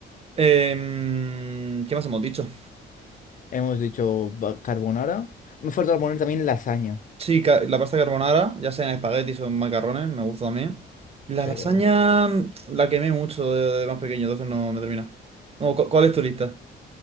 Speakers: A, on the right; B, on the left.
A: Em, ¿qué más hemos dicho?
B: Hemos dicho ba- carbonara. Me falta poner también lasaña.
A: Sí, ca- la pasta carbonara, ya sea en espaguetis o en macarrones, me gusta también. La
B: Sí,
A: lasaña
B: de acuerdo.
A: la quemé mucho de, de más pequeño, entonces no me termina. No, ¿cu- ¿cuál es tu lista?